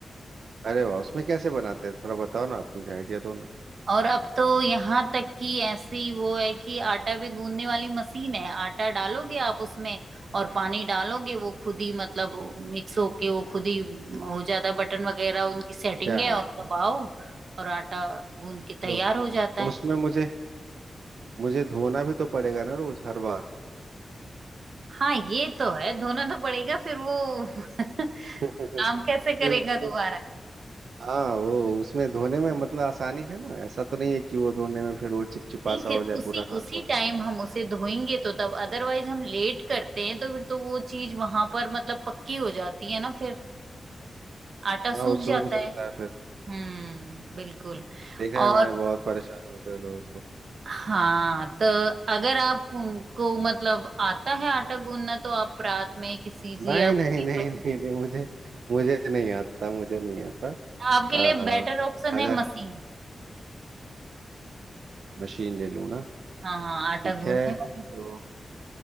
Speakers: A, on the right (about 75°); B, on the right (about 50°).
A: अरे वाह उसमें कैसे बनाते हैं थोड़ा बताओ ना आप कुछ आइडिया दो ना
B: और अब तो यहाँ तक कि ऐसी वो है कि आटा भी गूंदने वाली मशीन है आटा डालोगे आप उसमें और पानी डालोगे वो खुद ही मतलब मिक्स होके वो खुद ही हो जाता है बटन वगैरह उनकी सेटिंग
A: क्या
B: है
A: है
B: और दबाओ और आटा गूंद के तैयार
A: तो
B: हो जाता है
A: उसमें मुझे मुझे धोना भी तो पड़ेगा ना रोज हर बार
B: हाँ ये तो है धोना तो पड़ेगा फिर वो <laughs>
A: <laughs>
B: काम कैसे करेगा
A: फिर वो
B: दोबारा
A: हाँ वो उसमें धोने में मतलब आसानी है ना ऐसा तो नहीं है कि वो धोने में फिर वो चिपचिपा
B: नहीं
A: सा
B: फिर
A: हो जाए
B: उसी
A: पूरा हाथ
B: उसी
A: वाथ
B: टाइम हम उसे धोएंगे तो तब अदरवाइज हम लेट करते हैं तो फिर तो वो चीज वहां पर मतलब पक्की हो जाती है ना फिर आटा
A: हाँ
B: सूख
A: वो सूख
B: जाता
A: जाता
B: है
A: है फिर
B: हम्म बिल्कुल
A: देखा
B: और
A: है मैंने बहुत परेशान होते हैं लोगों को
B: हाँ तो अगर आप उनको मतलब आता है आटा गूंदना तो आप रात में किसी से
A: नहीं
B: या कोई
A: नहीं नहीं
B: पर-
A: नहीं नहीं मुझे मुझे नहीं आता मुझे नहीं आता
B: आपके
A: आ,
B: लिए बेटर ऑप्शन
A: अगर
B: है मशीन
A: मशीन ले लूँ ना
B: हाँ आटा
A: ठीक
B: गूंदने
A: है
B: वाली
A: तो